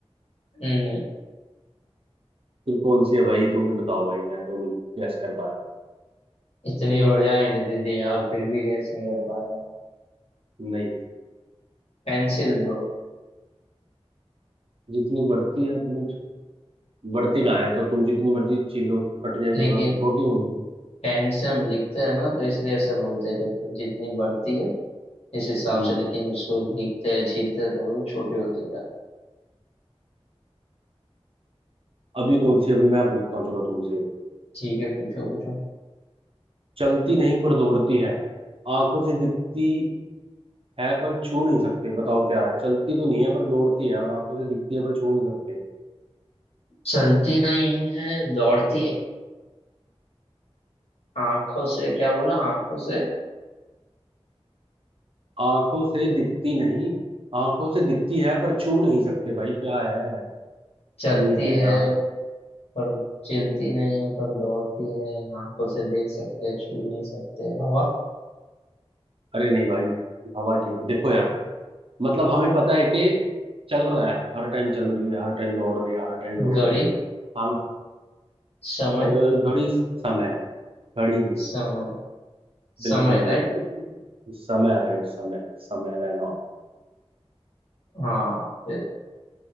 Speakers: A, on the left; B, on the right.
A: नहीं
B: फिर कौन सी है भाई तुम ही बताओ भाई मैं तो नहीं गैस कर पाया
A: इतनी बढ़िया हिंट दे दी यार फिर भी गैस नहीं कर पा रहे हो
B: नहीं
A: Pencil bro
B: जितनी बढ़ती है उतनी छो- बढ़ती कहाँ है तो तुम जितनी मर्जी छील लो उसको कट जाएगी
A: लेकिन
B: उधर छोटी होगी
A: पेन से हम लिखते हैं ना तो इसलिए ऐसा बोलते हैं कि जितनी बढ़ती है इस हिसाब
B: हम्म
A: से लेकिन उसको लिखते हैं छीलते हैं तो वो छोटी होती है
B: अभी कौन सी अभी मैं पूछता हूँ चलो तुमसे
A: ठीक है पूछो पूछो
B: चलती नहीं पर दौड़ती है आंखों से दिखती है पर छू नहीं सकते बताओ क्या है चलती तो नहीं है पर दौड़ती है और आंखों से दिखती है पर छू नहीं सकते
A: चलती नहीं है दौड़ती है आंखों से क्या बोला आंखों से
B: आंखों से दिखती नहीं आंखों से दिखती है पर छू नहीं सकते भाई क्या है
A: चलती
B: ये है
A: है
B: यार
A: पर चलती नहीं है पर दौड़ती है आंखों से देख सकते हैं छू नहीं सकते हवा
B: अरे नहीं भाई हवा क्यों देखो यार मतलब हमें पता है कि चल रहा है हर टाइम चल रही है हर टाइम दौड़ रही है हर टाइम
A: घड़ी
B: दौड़ रही है हम
A: समय
B: अ, घड़ी समय है घड़ी नहीं
A: समय
B: बिल्कुल
A: समय
B: बिल्कुल
A: राइट
B: बिल्कुल समय राइट समय समय रहना
A: हाँ फिर